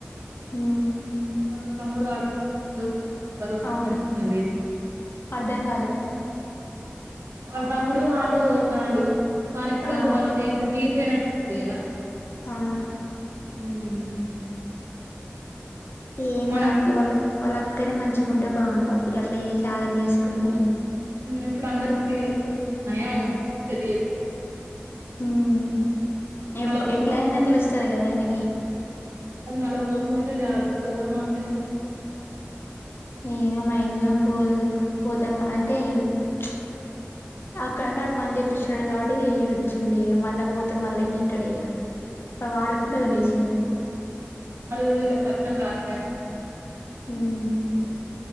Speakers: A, on the left; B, on the right.
A: హ్మ్
B: వాళ్ళు తమ్ముడు ఆటో తోల్తాండు వాడికి ఒక బరువు దిగినట్టు
A: అవును
B: ఉంటది.
A: అర్ధం కాలే
B: వాల్తమ్ముడు ఆటో తోల్తాండు. వానికి కూడా
A: ఆ
B: ఒక బరువు దిగి దీగిపోయినట్టుంటది కదా.
A: అవును.
B: ఉమ్.
A: ఏ
B: మన
A: మా అత్తయ్య వాళ్ళ వాళ్ళ అక్కనే మంచిగుంటే బాగుండు అప్పుట్లో అట్ల చేసి ఆగం చేసుకొని.
B: ఇప్పుడు అందరి పేరు <inaudible> నయం పెళ్లి చేసుకుని <inaudible>
A: ఉమ్ ఎప్
B: పోకు
A: ఎట్లా అయినా తెలుస్తది కదా ఆయనకి.
B: కానీ మళ్ళ పోకుండా ఉంటే చాలు మళ్ళా పోతే మాత్రం పరువుతీస్తది.
A: ఏమో మాక్సిమం పోదు పోతే మా అంటే ప్చ్ అక్కడ అంటే ఆడు పని చేపిస్తుండు కాబట్టి వచ్చింది మళ్ళా పోతే మళ్ళా ఏం తింటాడు ఇగ. వాడుకొండు ఒదిలేసిండు.
B: అదే వీళ్ళకు అర్ధం కావట్లే అసలు.
A: ఉమ్.